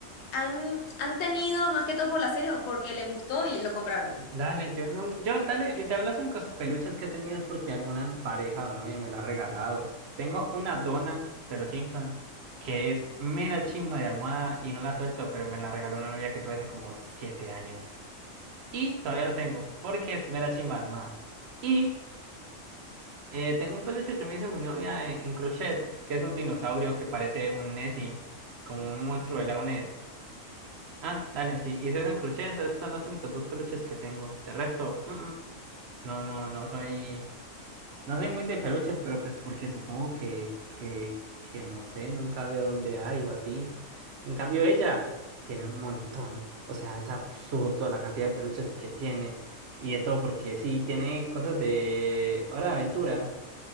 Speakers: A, on the left; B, on the right.
A: han, han tenido más que todo por la serie o porque les gustó y lo compraron?
B: dale, yo no. Yo, dale, literal, los únicos peluches que he tenido es porque alguna pareja o novia me lo ha regalado. Tengo una dona de los Simpson que es mera chimba de almohada y no la suelto, pero me la regaló una novia que tuve hace como siete años. Y todavía lo tengo porque es mera chimba de almohada. Y eh, tengo un peluche que me hizo mi novia en, en crochet, que es un dinosaurio que parece un Nessie, como un monstruo del lago Ah, dale, sí. Y soy un crochet, entonces son los únicos dos peluches que tengo. De resto, mm, mm. No, no, no soy. No soy muy de peluches, pero pues porque supongo que, que, que no sé, nunca veo dónde hay o así. En cambio, ella tiene un montón. O sea, es absurdo la cantidad de peluches que tiene. Y de todo, porque sí, tiene cosas de Hora de Aventura.